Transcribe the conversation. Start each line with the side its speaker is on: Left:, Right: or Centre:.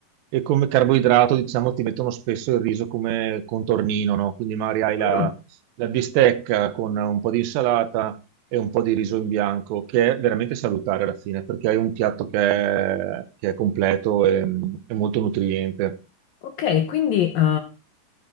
Right: e come carboidrato, diciamo, ti mettono spesso il riso come contornino, no? Quindi magari hai la,
Left: Ah,
Right: la bistecca con un po' di insalata e un po' di riso in bianco, che è veramente salutare alla fine, perché hai un piatto che è, che è completo e, e molto nutriente.
Left: Ok, quindi eh,